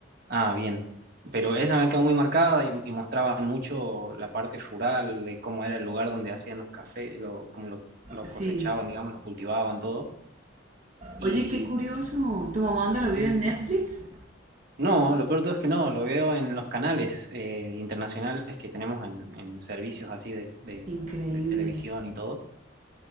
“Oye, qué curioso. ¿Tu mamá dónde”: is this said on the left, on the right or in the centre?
Right